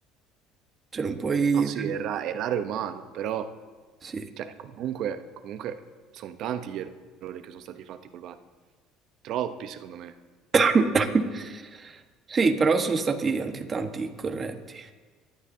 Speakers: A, on the right; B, on the right.
A: cioè, non puoi...
B: No, sì, erra- errare è raro e umano, però
A: Sì.
B: cioè, comunque, comunque sono tanti gli errori che sono stati fatti col VAR. Troppi, secondo me.
A: <coughs> Sì, però sono stati anche tanti corretti.